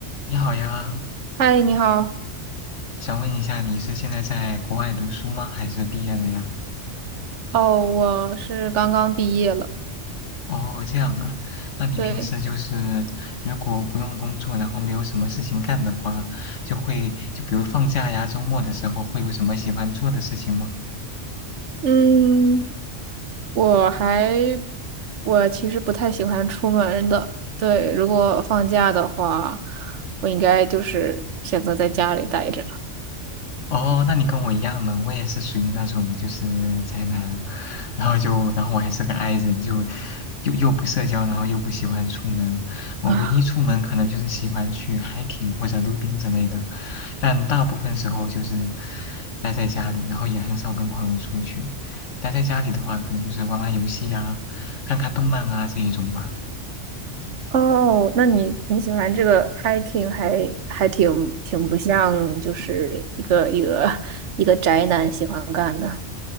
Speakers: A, on the left; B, on the right.
A: 你好呀，
B: 嗨，你好。
A: 想问一下，你是现在在国外读书吗？还是毕业了呀？
B: 哦，我是刚刚毕业了。
A: 哦，这样啊，那你平时就是如果不用工作，
B: 对，
A: 然后没有什么事情干的话，就会就比如放假呀、周末的时候，会有什么喜欢做的事情吗？
B: 嗯，我还，我其实不太喜欢出门的。对，如果放假的话，我应该就是选择在家里待着。<laughs>
A: 哦，那你跟我一样呢，我也是属于那种就是宅男，然后就然后我还是个 i 人，就又又不社交，然后又不喜欢出门。我唯一出门可能就是喜欢去
B: 啊，
A: hiking 或者溜冰之类的，但大部分时候就是待在家里，然后也很少跟朋友出去。待在家里的话，可能就是玩玩游戏呀、看看动漫啊这一种吧。
B: 哦，那你你喜欢这个 hiking 还还挺挺不像，就是一个一个一个宅男喜欢干的。